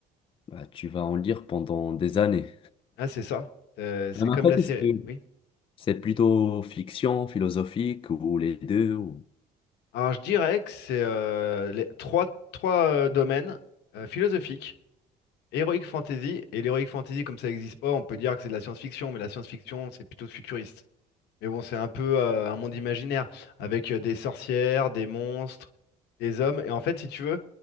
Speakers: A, on the left; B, on the left.
A: bah, tu vas en lire pendant des années.
B: Ah, c'est ça. Euh, c'est
A: Ah, mais
B: comme
A: En fait,
B: la série.
A: est-ce que...
B: Oui.
A: C'est plutôt fiction, philosophique ou les deux ou...
B: Alors, je dirais que c'est euh, les trois, trois euh, domaines euh, philosophiques, heroic fantasy. Et l'heroic fantasy, comme ça n'existe pas, on peut dire que c'est de la science-fiction, mais la science-fiction, c'est plutôt futuriste. Mais bon, c'est un peu euh, un monde imaginaire, avec euh, des sorcières, des monstres, des hommes. Et en fait, si tu veux,